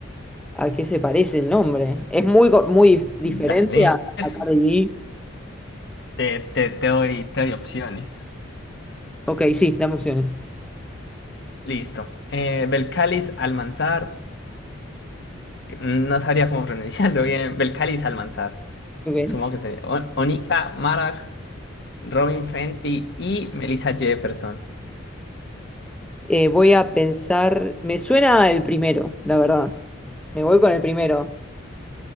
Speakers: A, in the centre; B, on the left.
A: a qué se parece el nombre. Es muy, co- muy dif- diferente
B: Dale.
A: a, a
B: Es-
A: Cardi B.
B: Te, te, te doy, te doy opciones.
A: Ok, sí, dame opciones.
B: Listo. Eh, Belcalis Almanzar. No sabría cómo pronunciarlo bien. Belcalis Almanzar.
A: Ok.
B: Supongo que sería. O- Onika Marar. Robin Fenty y Melissa Jefferson.
A: Eh, voy a pensar. Me suena el primero, la verdad. Me voy con el primero.